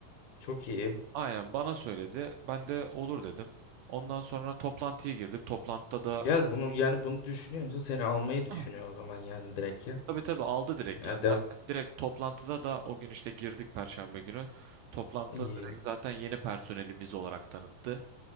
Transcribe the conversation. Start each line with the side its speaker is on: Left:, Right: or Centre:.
Left: Çok iyi.
Right: Aynen bana söyledi. Ben de olur dedim. Ondan sonra toplantıya girdik. Toplantıda da
Left: Gel bunu yani bunu düşünüyorsa seni almayı düşünüyor
Right: <clears throat>
Left: o zaman yani direkt ya.
Right: tabii tabii aldı direkt
Left: Ya
Right: ya.
Left: devam.
Right: Zaten direkt toplantıda da o gün işte girdik Perşembe günü. Toplantıda
Left: İyi.
Right: direkt zaten yeni personelimiz olarak tanıttı.